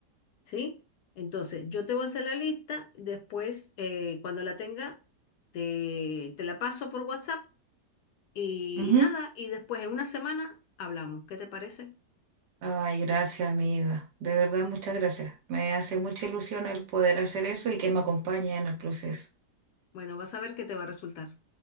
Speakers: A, on the left; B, on the right.
A: ¿sí? Entonces, yo te voy a hacer la lista, después, eh, cuando la tenga, te, te la paso por WhatsApp y,
B: ujú.
A: y nada, y después en una semana hablamos. ¿Qué te parece?
B: Ay, gracias, amiga. De verdad, muchas gracias. Me hace mucha ilusión el poder hacer eso y que me acompañe en el proceso.
A: Bueno, vas a ver qué te va a resultar.